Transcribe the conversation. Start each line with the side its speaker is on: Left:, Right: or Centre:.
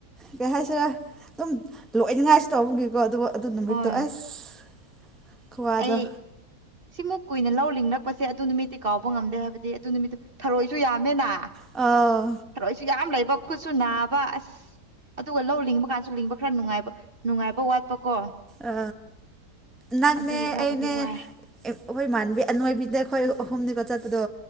Centre: ꯀꯩ ꯍꯥꯏꯁꯦꯔꯥ ꯑꯗꯨꯝ ꯂꯣꯏꯅꯤꯡꯉꯥꯏꯁꯨ ꯇꯧꯕꯒꯤꯀꯣ ꯑꯗꯨꯕꯨ ꯑꯗꯨ ꯅꯨꯃꯤꯠꯇꯣ
Right: ꯍꯣꯏ
Centre: ꯑꯁ ꯈꯨꯋꯥꯗꯣ
Right: ꯑꯩ ꯁꯤꯃꯨꯛ ꯀꯨꯏꯅ ꯂꯧ ꯂꯤꯡꯂꯛꯄꯁꯦ ꯑꯗꯨ ꯅꯨꯃꯤꯠꯇꯤ ꯀꯥꯎꯕ ꯉꯝꯗꯦ ꯍꯥꯏꯕꯗꯤ ꯑꯗꯨ ꯅꯨꯃꯤꯠꯇꯨ ꯊꯔꯣꯏꯁꯨ ꯌꯥꯝꯃꯦꯅ
Centre: ꯑꯥ
Right: ꯊꯔꯣꯏꯁꯨ ꯌꯥꯝ ꯂꯩꯕ ꯈꯨꯠꯁꯨ ꯅꯥꯕ ꯑꯁ ꯑꯗꯨꯒ ꯂꯧ ꯂꯤꯡꯕ ꯀꯥꯟꯁꯨ ꯂꯤꯡꯕ ꯈꯔ ꯅꯨꯡꯉꯥꯏꯕ ꯅꯨꯡꯉꯥꯏꯕ ꯋꯥꯠꯄꯀꯣ
Centre: ꯑ ꯅꯪꯅꯦ
Right: ꯑꯗꯨꯒꯤ ꯈꯔꯕꯨꯗꯤ
Centre: ꯑꯩꯅꯦ
Right: ꯋꯥꯏ
Centre: ꯑꯦ ꯑꯈꯣꯏ ꯏꯃꯥꯟꯕꯤ ꯑꯅꯣꯏꯕꯤꯗ ꯑꯈꯣꯏ ꯑꯍꯨꯝꯅꯤꯀꯣ ꯆꯠꯄꯗꯣ